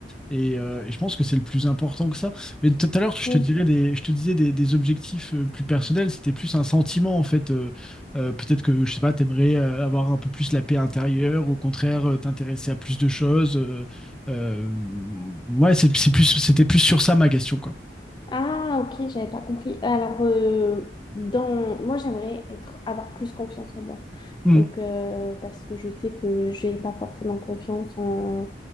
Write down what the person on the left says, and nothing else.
oui.
Ah, ok, j'avais pas compris. Alors, euh, dans... moi, j'aimerais être... avoir plus confiance en moi.
Donc, euh, parce que je sais que j'ai pas forcément confiance en,